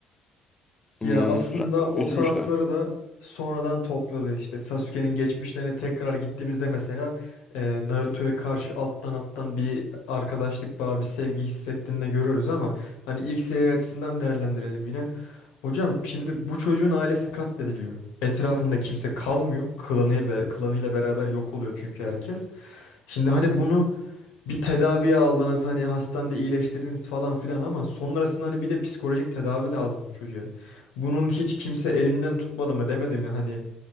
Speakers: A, on the left; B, on the left.
A: Hmm,
B: Ya aslında
A: ra- üzmüştü.
B: o tarafları da sonradan topluyorlar işte. Sasuke'nin geçmişlerine tekrar gittiğimizde mesela e, Naruto'ya karşı alttan alttan bir arkadaşlık bağı, bir sevgi hissettiğini de görüyoruz ama hani ilk seri açısından değerlendirelim yine. Hocam şimdi bu çocuğun ailesi katlediliyor. Etrafında kimse kalmıyor. Klanı, be- klanıyla beraber yok oluyor çünkü herkes. Şimdi hani bunu bir tedavi aldınız hani hastanede iyileştirdiniz falan filan ama sonrasında hani bir de psikolojik tedavi lazım bu çocuğa. Bunun hiç kimse elinden tutmadı mı demedi mi hani